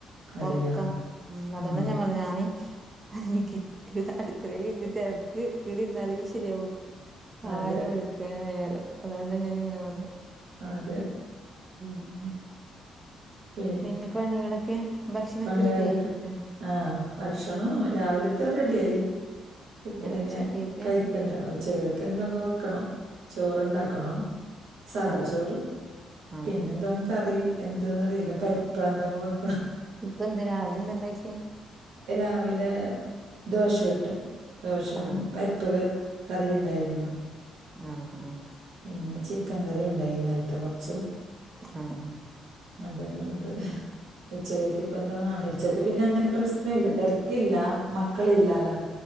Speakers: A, on the right; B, on the right.
A: അതെയാ
B: ഉറക്കാം ഉം അതൊണ്ട
A: ആ
B: ഞാൻ പറഞ്ഞെ ഞാന് എനിക്ക് ഇവിടെ അടുക്കളെൽ നിന്നിട്ട് ആൾക്ക് ഇവിടെ ഇര്ന്നാലെ ശരിയാവുല
A: അതെ
B: ആര വിളി ക്കൻ ആയാലും അതൊട ഞാൻ ഇങ്ങനെ പറഞ്ഞെ
A: അതെ
B: ഉം
A: പി
B: പിന്നെ പണികളൊക്കെ ഭക്ഷണൊക്കെ
A: പണികളൊക്കെ
B: റെഡി ആയിരിക്കുല്ലേ
A: ആഹ് ഭക്ഷണം രാവിലത്തെ റെഡിയായി കുട്ടികളും
B: അയിന് ഉച്ചത്തേക്ക്
A: ഞാനും കഴിക്കണ്ട ഉച്ചകൊക്കെ എന്തെങ്കും വെക്കണം ചോറണ്ടാക്കണോ
B: ഉം
A: സാദാ
B: ആഹ്
A: ചോറ്
B: ആഹ്
A: പിന്നെന്തോ‌ കറി എന്തന്നറിയില്ല പരിപ്പ എന്തെങ്കും വെക
B: ഇപ്പ എന്ത് രാവിലെ എന്താ ഉണ്ടാക്കിയെ
A: രാവിലെ ദോശുട്ട് ദോശവും
B: ആഹ്
A: പരി പ്പൊക്കെ കറി ഉണ്ടായിരുന്നു
B: ആഹ് ആഹ്
A: പിന്നെ ചിക്കൻ കറി ഉണ്ടായി ഇന്നലത്തെ കൊറച്ചു
B: ആഹ് ആഹ്
A: അതെല്ലാം ഉണ്ട് ഉച്ചകക്ക് ബന്താമാണ് ഉച്ചക്ക് പിന്നെ അങ്ങനെ പ്രശ്ന ഇല്ല തിരക്കില്ല മക്കള ഇല്ലല്ല